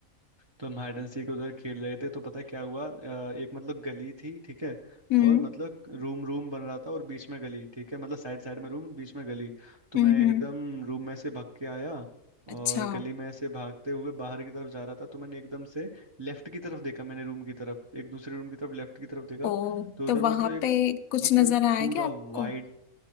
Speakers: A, on the right (about 40°); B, on the left (about 80°).
A: तो हम हाइड एंड सीक उधर खेल रहे थे तो पता है क्या हुआ अ, एक मतलब गली थी ठीक है
B: हम्म
A: और मतलब रूम रूम बन रहा था और बीच में गली ठीक है मतलब साइड साइड में रूम बीच में गली तो
B: हम्म
A: मैं
B: हम्म,
A: एकदम रूम में से भाग के आया और
B: अच्छा
A: गली में ऐसे भागते हुए बाहर की तरफ जा रहा था तो मैंने एकदम से लेफ्ट की तरफ देखा मैंने रूम की तरफ एक दूसरे रूम की तरफ लेफ्ट की तरफ देखा
B: ओ
A: तो
B: तो
A: उधर
B: वहां
A: मतलब एक
B: पे कुछ
A: मतलब
B: नजर आया
A: पूरा
B: क्या आपको
A: वाइड